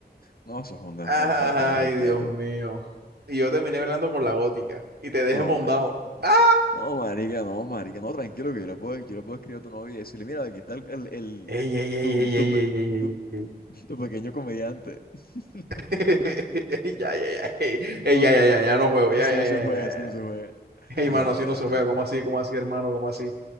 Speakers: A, on the left; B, on the right.
A: No, eso es una,
B: Ah,
A: una falta de respeto.
B: Ay, Dios mío. Y yo terminé bailando con la gótica y te dejé
A: No,
B: mondado.
A: marica.
B: ¡Ah!
A: No, marica, no, marica. No, tranquilo, que yo le puedo, yo le puedo escribir a tu novia y decirle, mira, aquí está el, el, el-
B: Ey, ey,
A: tu,
B: ey, ey,
A: tu,
B: ey,
A: pe-
B: ey, ey,
A: tu,
B: ey, ey.
A: tu pequeño comediante. <laughs>
B: <laughs> Ey, Ya, ya, ya. Ey,
A: No,
B: ey, ya, ya,
A: no,
B: ya,
A: no.
B: ya no juego.
A: Así
B: Ya, ya,
A: no
B: ya,
A: se juega,
B: ya. ya.
A: así no se juega.
B: Ey,
A: Ah,
B: mano, así
A: dale,
B: no
A: dale,
B: se juega.
A: dale.
B: ¿Cómo así? ¿Cómo así, hermano? ¿Cómo así?